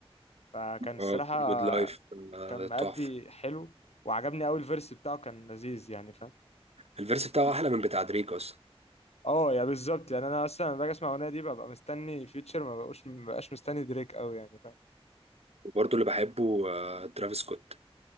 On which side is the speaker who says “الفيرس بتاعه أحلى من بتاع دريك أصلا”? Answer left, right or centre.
Right